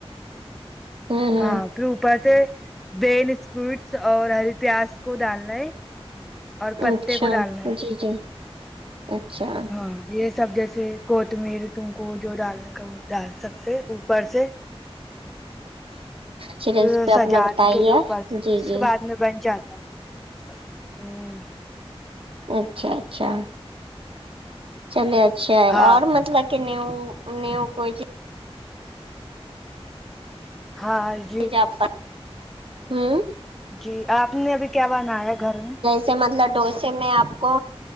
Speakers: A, on the right; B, in the centre.
A: ہوں ہوں
B: ہاں پھر اوپر سے بین اسپوٹس اور ہری پیاز کو ڈالنا ہے اور پتے
A: اچھا
B: کو ڈالنا ہے
A: جی جی اچھا
B: ہاں یہ سب جیسے کوتمیر تم کو جو ڈالنا کا وہ ڈال سکتے اوپر سے
A: چلیے
B: پھر
A: اب اس پہ
B: سجانے
A: اپنا بتائیے
B: کے لیے اوپر سے پھر
A: جی
B: اس
A: جی
B: کے بعد میں بن جاتا ہے ہوں
A: اچھا اچھا چلیے اچھا
B: ہاں
A: اور مطلب نیو نیو کوئی
B: ہائی
A: ہجاب ہوں
B: جی آپ نے ابھی کیا بنایا گھر میں
A: سے مطلب ڈوسے میں آپ کو